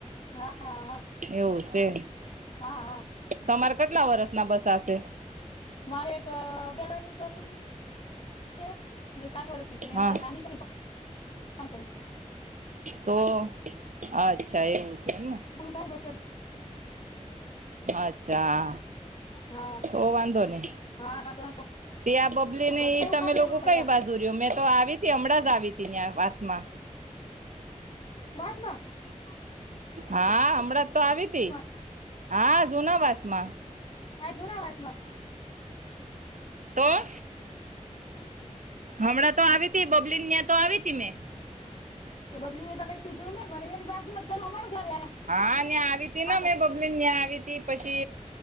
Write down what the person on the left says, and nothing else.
હા હા
હા, હા.
મારે એક છોકરી આઠ વી
છે. ક કર.
પુરભાઈ બટલ.
હા
હા અમારે ત્રણ
છોકરો
છે કઈ
ઉપાધિ
નથી
આમ
માત ના <unintelligible>
વાસમાં
હા, જુના વાતમાં.
હ.
તો પબજી એ તો કઈ કીધું નને, મરિયામાં કરવાનું આવે.
હામું